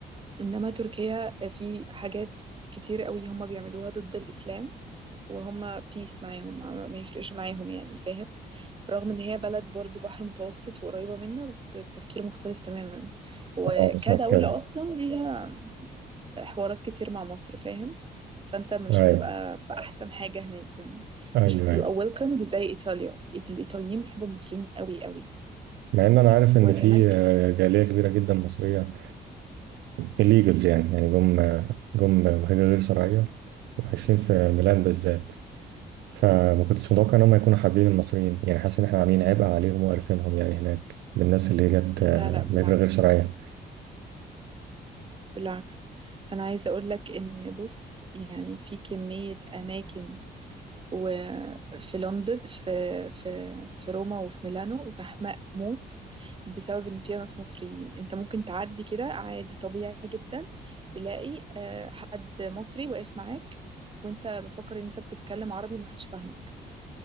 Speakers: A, on the right (about 30°); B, on the right (about 85°).
A: إنما تركيا آه، في حاجات كتير قوي هم بيعملوها ضد الإسلام وهم بيس معاهم ما ما يفرقش معاهم يعني فاهم رغم إن هي بلد برضو بحر متوسط وقريبة منا بس التفكير مختلف تماما وكدولة
B: اه أنا سمعت كده
A: أصلا ليها حوارات كتير مع مصر فاهم فأنت مش
B: ايوه
A: بتبقى في أحسن حاجة هناك يعني
B: ايوه
A: مش بتبقى
B: ايوه
A: welcomed زي إيطاليا الإيطاليين بيحبوا المصريين قوي قوي
B: مع ان انا عارف ان
A: وكمان
B: في
A: إيط-
B: آه، جاليه كبيره جدا مصريه الليجلز يعني يعني جم جم مهاجرين غير شرعية وعايشين في ميلان بالذات فما كنتش متوقع ان هم يكونوا حابين المصريين يعني حاسس ان احنا عاملين عبء عليهم وقرفينهم يعني هناك بالناس اللي هي جت
A: لا
B: آه،
A: لا بالعكس
B: مهاجرة غير شرعية
A: بالعكس انا عايزه اقول لك ان بص يعني في كميه اماكن وفي لندن في في في روما وفي ميلانو زحمه موت بسبب ان فيها ناس مصريين انت ممكن تعدي كده عادي طبيعي جدا تلاقي آه، حد مصري واقف معاك وانت بفكر ان انت بتتكلم عربي ومحدش فاهمك